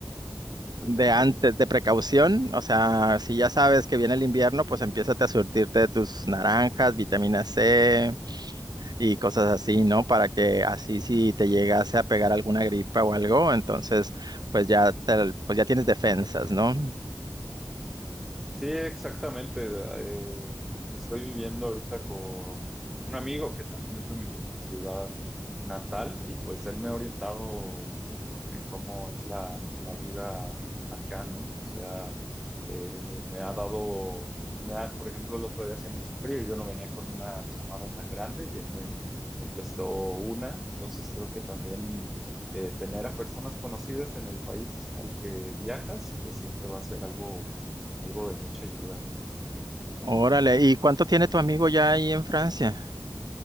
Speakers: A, in the centre; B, on the right (about 70°).
A: precaución.
B: de antes, de precaución, o sea, si ya sabes que viene el invierno, pues empiézate a surtirte de tus naranjas, vitamina C y cosas así, ¿no? Para que así si te llegase a pegar alguna gripa o algo, entonces pues ya te- pues ya tienes defensas, ¿no?
A: Sí, exactamente. eh, estoy viviendo ahorita con un amigo que también es de mi ciudad natal y pues él me ha orientado mucho en cómo es la, la vida acá, ¿no? O sea, eh, me ha dado, me ha- por ejemplo, el otro día hacía mucho frío y yo no venía con una chamarra tan grande y él me, me prestó una. Entonces creo que también eh, tener a personas conocidas en el país al que viajas, pues siempre va a ser algo algo de mucha ayuda, muy positivo.
B: Órale, ¿y cuánto tiene tu amigo ya ahí en Francia?